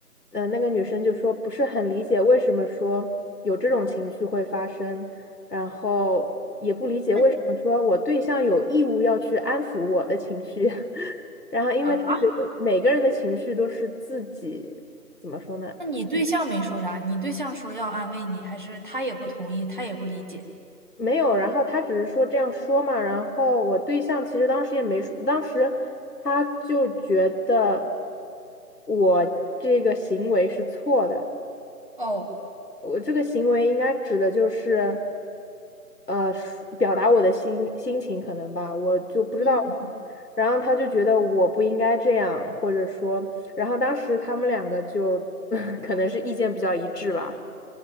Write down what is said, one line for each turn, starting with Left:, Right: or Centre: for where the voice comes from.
Left: 呃，那个女生就说不是很理解为什么说有这种情绪会发生，然后也不理解为什么说我对象有义务要去安抚我的情绪，
Right: 那
Left: <laughs> 然后因为她觉得每个人的情绪都是自己怎么说呢？
Right: 啊？那你对象没说啥？你对象说要安慰你，还是他也不同意，他也不理解？
Left: 没有，然后她只是说这样说嘛，然后我对象其实当时也没说，当时他就觉得我这个行为是错的。
Right: 哦，
Left: 我这个行为应该指的就是，呃，抒表达我的心心情可能吧，我就不知道。
Right: 嗯嗯。
Left: 然后他就觉得我不应该这样，或者说，然后当时他们两个就 <laughs> 可能是意见比较一致吧。